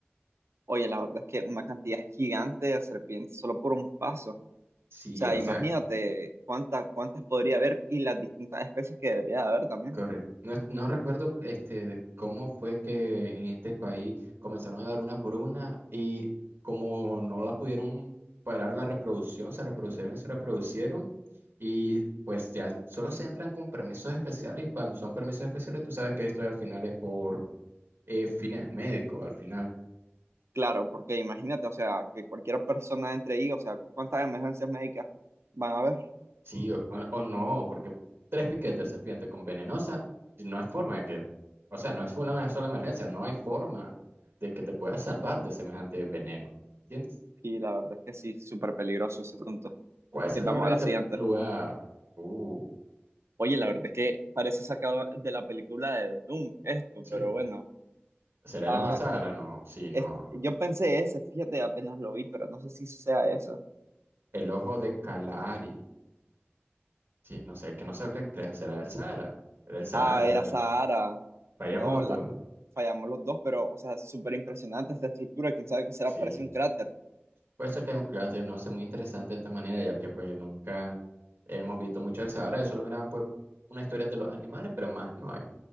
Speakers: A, on the right; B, on the right.
A: oye, la verdad es que una cantidad gigante de serpientes solo por un paso. O
B: Sí,
A: sea,
B: o
A: imagínate
B: sea,
A: cuántas, cuántas podría haber y las distintas especies que debería de haber también.
B: correcto. No, es- no recuerdo este, de cómo fue que en este país comenzaron a dar una por una y como no la pudieron parar la reproducción, se reproducieron y se reproducieron y pues ya solo se entran con permisos especiales y cuando son permisos especiales tú sabes que esto al final es por eh, fines médicos, al final.
A: Claro, porque imagínate, o sea, que cualquier persona entre ahí, o sea, cuántas emergencias médicas van a haber.
B: Sí, o, o no, porque tres piquetes de serpiente con venenosa, no hay forma de que, o sea, no es una sola emergencia, no hay forma de que te puedas salvar de semejante veneno. ¿Entiendes?
A: Y la verdad es que sí, súper peligroso ese asunto.
B: ¿Cuál
A: Ok,
B: es el nombre
A: vamos a
B: de
A: la
B: este
A: siguiente.
B: lugar? Uh,
A: Oye, la verdad es que parece sacado de la película de Doom esto,
B: sí.
A: pero bueno.
B: ¿Será
A: Ah,
B: el ojo del Sahara? No, sí, no.
A: es- yo
B: no.
A: pensé ese, fíjate, apenas lo vi, pero no sé si sea eso.
B: El ojo de Kalahari. Sí, no sé, es que no sé qué crea- será el Sahara. Era el Sahara.
A: Ah, era Sahara.
B: Vayamos
A: No,
B: los
A: la,
B: dos.
A: fallamos los dos, pero, o sea, súper impresionante esta estructura. Quién sabe qué será,
B: Sí.
A: parece un cráter.
B: Puede ser que haya un cráter, no sé, muy interesante de esta manera, ya que pues nunca hemos visto mucho el Sahara, solo mira pues una historia de los animales, pero más no hay.